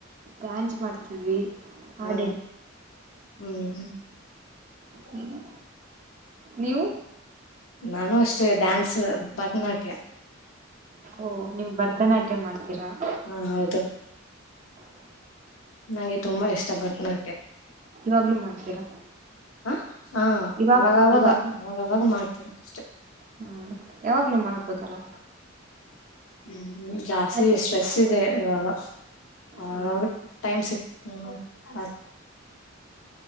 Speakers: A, on the right (about 40°); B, on the left (about 85°).
A: ಡ್ಯಾನ್ಸ್ ಮಾಡ್ತಿದ್ವಿ ಹಾಡ್
B: ಹಾ ಹ್ಮ್
A: ಹ್ಮ ನೀವು
B: ನಾನು ಅಷ್ಟೇ ಡ್ಯಾನ್ಸ್ ಭರತನಾಟ್ಯ
A: ಓ ನೀವು ಭರತನಾಟ್ಯ ಮಾಡ್ತೀ ತ್ತರ
B: ಹಾ ಹೌದು ನಂಗೆ ತುಂಬಾ ಇಷ್ಟ ಭರತ್ ನಾಟ್ಯ
A: ಇವಾಗ್ಲೂ ಮಾಡ್ತೀರಾ
B: ಹ ಹ
A: ಇವಾಗ
B: ಅವಾಗವಾಗ
A: ಇವಾಗ್ಲೂ
B: ಅವಾಗವಾಗ ಮಾಡ್ತೀವಿ ಅಷ್ಟೆ
A: ಹ್ಮ್ ಯಾವಾಗ್ಲೂ ಮಾಡ್ಬೋದಲ್ಲ
B: ಹ್ಮ ಜಾಸ್ತಿ
A: ಅದ್
B: ಸ್ಟ್ರೆಸ್ ಇದೆ ಇವಾಗ ಆವಾಗ
A: ಹಾ
B: ಟೈಮ್ ಸಿಕ್ ಹ್ಮ್ ಹ